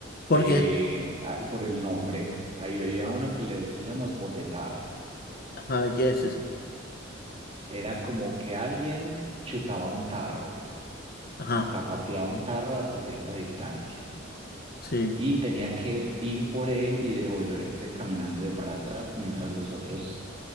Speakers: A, on the left; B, on the right.
A: ¿Por
B: Eh,
A: qué?
B: ah, por el nombre, ahí veía uno que le decíamos botetar.
A: Ajá, ¿qué es eso?
B: Era como que alguien chutaba un tarro,
A: Ajá,
B: zapateaba un tarro hasta cierta distancia
A: sí.
B: y tenía que ir por él y devolverse caminando de para atrás mientras los otros